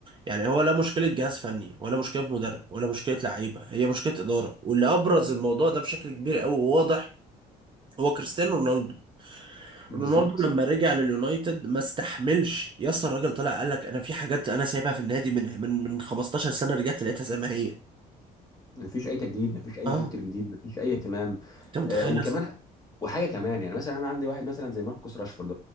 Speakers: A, on the right; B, on the left.
A: يعني هو لا مشكله جهاز فني ولا مشكله مدرب ولا مشكله لعيبه هي مشكله اداره واللي ابرز الموضوع ده بشكل كبير قوي وواضح هو كريستيانو رونالدو
B: بالظبط
A: رونالدو لما رجع لليونايتد ما استحملش يا اسطى الراجل طلع قال لك انا في حاجات انا سايبها في النادي من من من 15 سنه رجعت لقيتها زي ما هي
B: مفيش اي تجديد مفيش اي
A: اه
B: فكر جديد مفيش اي اهتمام
A: انت متخيل
B: آه، وكمان
A: يا اسطى
B: وحاجه كمان يعني مثلا انا عندي واحد مثلا زي ماركوس راشفورد